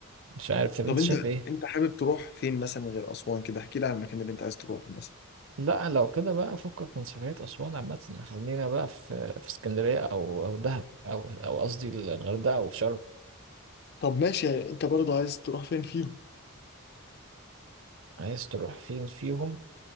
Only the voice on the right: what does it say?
مش عارف طب
انت
شايف ايه
لا لو كده بقى فكك من سفرية أسوان عامة خلينا بقى في في اسكندرية أو أو دهب أو أو قصدي الغردقة أو شرم
عايز تروح فين فيهم